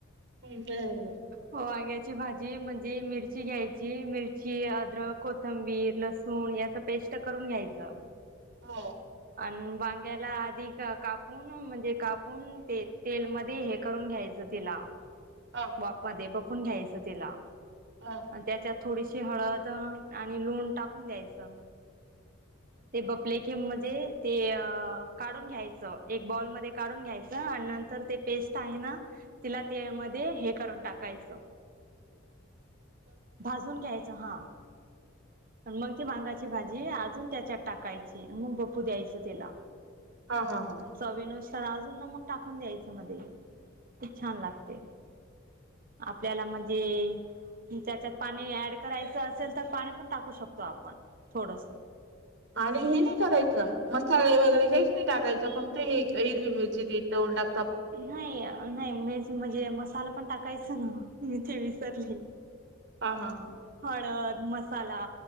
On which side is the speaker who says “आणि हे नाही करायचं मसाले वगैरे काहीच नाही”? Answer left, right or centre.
Right